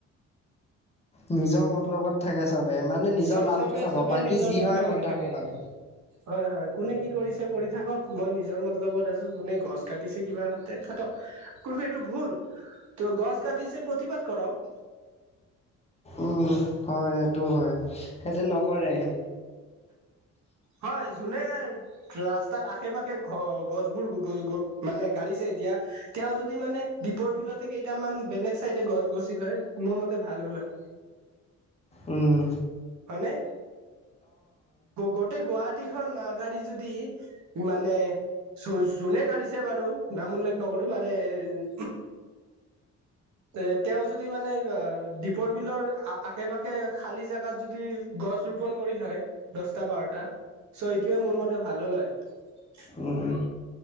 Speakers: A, on the left (about 20°); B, on the right (about 70°).
A: নিজৰ মতলবত- থাকে চবে মানে নিজৰ
B: চ
A: লাভটো
B: চবে
A: চাব
B: চবে নিজৰ
A: যি
B: মতলবত
A: হয় হৈ
B: থাকে
A: থাকক আৰু।
B: হয় হয়। কোনে কি কৰিছে কৰি থাকক, মই নিজৰ মতলবত আছোঁ, কোনে গছ- কাটিছে কিবা কাটে কাটক কিন্তু এইটো ভুল, ত' গছ কাটিছে প্ৰতিবাদ কৰক।
A: উমঁ' হয় সেইটো হয়। সেতি নকৰে সে
B: হয় জোনে- ৰাস্তাৰ আশে পাশে ঘ গছবোৰ মানে গাড়িছে এতিয়া তেওঁ যদি মানে- দ্বীপৰ বিলতে কেইটামান বেলেগ চাইডে গছ গছি লয় মোৰ মতে ভাল হ'ল হয়।
A: উমঁ।
B: হয়নে। গোটেই গুৱাহাটী খন- গাড়ী যদি মানে যোনে গাড়িছে বাৰু- নাম উল্লেখ নকৰিবা দেই- এ তেওঁ যদি মানে দ্বীপৰ বিলৰ আশে পাশে খালি জেগা ত যদি গছ ৰোপন কৰিল হয়- দহটা বাৰটা চ' এইটোৱে মোৰ মতে ভাল হ'ল হয়।
A: উমঁ।